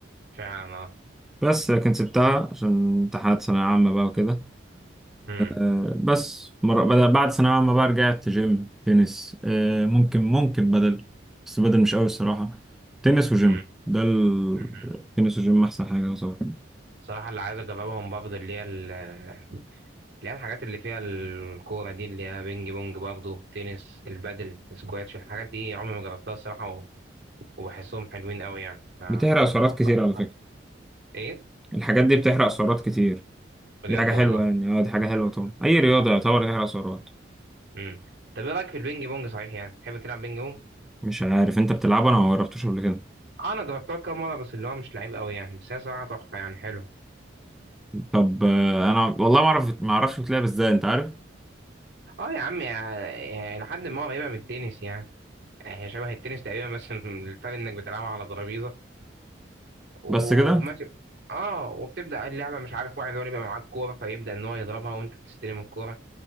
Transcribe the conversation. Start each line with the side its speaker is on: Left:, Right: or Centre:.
Right: فعلا اه
Centre: بس لكن سبتها عشان امتحانات ثانوية عامة بقى وكده
Right: امم
Centre: وبس مرة بدل بعد ثانوية عامة بقى رجعت جيم تنس آه، ممكن ممكن بدل بس بدل مش قوي الصراحة تنس وجيم
Right: امم
Centre: ده ال...
Right: امم
Centre: تنس وجيم أحسن حاجة طبعا
Right: صراحة اللي عايز أجربهم برضه اللي هي ال- اللي هي الحاجات اللي فيها الكورة دي اللي هي بينج بونج برضه تنس البادل السكواتش الحاجات دي عمري ما جربتها الصراحة و- وبحسهم حلوين قوي يعني فبفكر
Centre: بتحرق سعرات كتير
Right: أتعلمها.
Centre: على فكرة
Right: إيه
Centre: الحاجات دي بتحرق سعرات كتير
Right: بجد
Centre: دي حاجة حلوة
Right: والله
Centre: يعني اه دي حاجة حلوة طبعا أي رياضة يعتبر تحرق سعرات
Right: امم طب إيه رأيك في البينج بونج صحيح يعني تحب تلعب بينج بونج
Centre: مش عارف أنت بتلعبها أنا ما جربتوش قبل كده
Right: اه، انا جربتها كام مره بس اللي هو مش لعيب قوي يعني بس هي صراحه تحفه يعني حلوه
Centre: طب آه، انا والله ما اعرف ما اعرفش بتلعب ازاي انت عارف
Right: اه يا عم يعني لحد ما قريبه من التنس يعني يعني هي شبه التنس تقريبا بس <laughs> الفرق انك بتلعبها على ترابيزه وماشي
Centre: بس كده
Right: اه وبتبدا اللعبه مش عارف واحد هو اللي بيبقى معاك كوره فيبدا ان هو يضربها وانت بتستلم الكوره